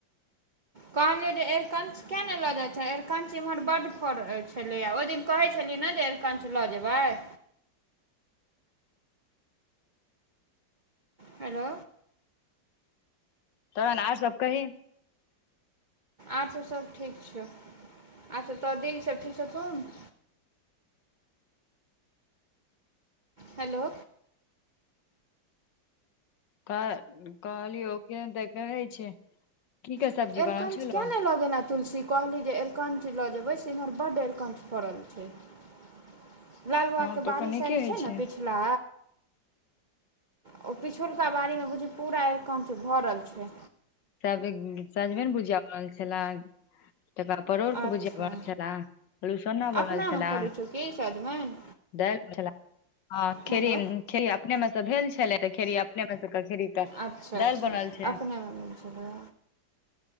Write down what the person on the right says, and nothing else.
कहलियौ जे अरकंच केिया ने ल जाइत छै एरकंच एम्हर बड् फड़ छलैए ओहि दिन कहैत छलै इ ने जे अरकंच ल जेबैई हेलो
अच्छा सभ ठीक छौ अच्छा त दीदी सभ ठीक छथौन <inaudible> हेलो
अरिकञ्च
किएक नहि लऽ गेलऽ तुलसी कहली जे अरकंच ल जेबैइ से इम्हर बड्ड अरकंच फड़ल छैक लाल बाबा
केँ बारी
साइड छैइ
ने
पिछला ओ पिछयू बारमे बुझ पूरा अरकनच भरल छैइ
अच्छा
अपनामे
फड़ै छौ कि सजमनि
हेलो
अच्छा
अच्छा
अपने ब चल